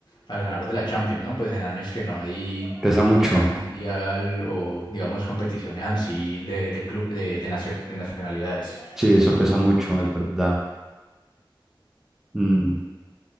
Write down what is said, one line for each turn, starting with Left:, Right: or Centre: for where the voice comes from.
Left: al ganador de la Champions, ¿no? Pues en años que no hay,
Centre: Pesa mucho.
Left: que no hay mundial o digamos competiciones así de, de, clu- de, de nacio- de nacionalidades.
Centre: Sí, eso pesa mucho, es verdad. Mm.